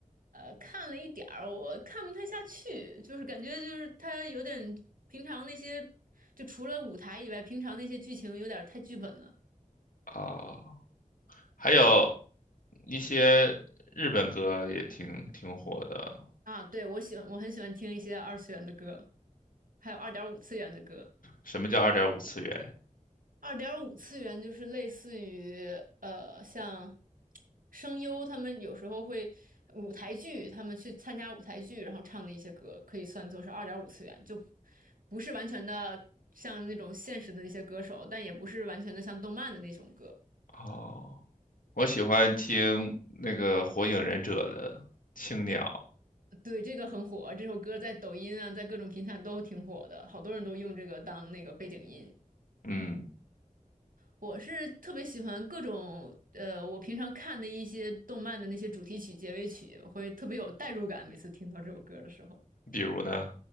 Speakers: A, on the right (about 80°); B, on the left (about 80°).
A: 呃，看了一点儿，我看不太下去，就是感觉就是她有点平常那些，就除了舞台以外，平常那些剧情有点太剧本了
B: 啊，还有一些日本歌也挺挺火的。
A: 啊。对，我喜欢，我很喜欢听一些二次元的歌，还有二点五次元的歌。
B: 什么叫二点五次元？
A: 二点五次元就是类似于呃，像声优他们有时候会舞台剧，他们去参加舞台剧，然后唱的一些歌，可以算作是二点五次元，就不是完全的像那种现实的那些歌手，但也不是完全的像动漫的那种歌。
B: 哦，我喜欢听那个《火影忍者》的青鸟。
A: 对，这个很火，这首歌在抖音啊，在各种平台都挺火的，好多人都用这个当那个背景音。
B: 嗯，
A: 我是特别喜欢各种呃，我平常看的一些动漫的那些主题曲、结尾曲，会特别有代入感。每次听到这首歌的时候，
B: 比如呢？